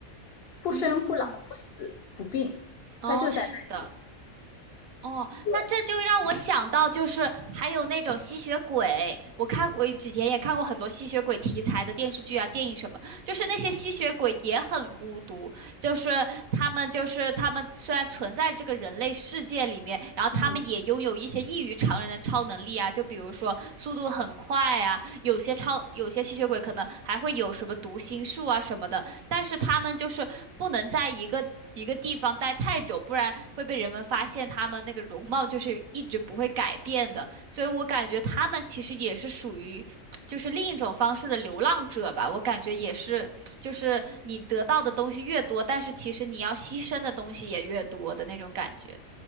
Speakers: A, on the left; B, on the right.
A: 不生不老不死不病，
B: 嗯。哦，
A: 他就在那
B: 是的，哦，
A: 对，
B: 那这就让我想到，就是还有那种吸血鬼，我看我之前也看过很多吸血鬼题材的电视剧啊、电影什么，就是那些吸血鬼也很孤独，就是他们就是他们虽然存在这个人类世界里面，然后他们也拥有一些异于常人的超能力啊，
A: 嗯。
B: 就比如说速度很快啊，有些超有些吸血鬼可能还会有什么读心术啊什么的，但是他们就是不能在一个一个地方待太久，不然会被人们发现他们那个容貌就是一直不会改变的。所以我感觉他们其实也是属于就是另一种方式的流浪者吧。我感觉也是，就是你得到的东西越多，但是其实你要牺牲的东西也越多的那种感觉。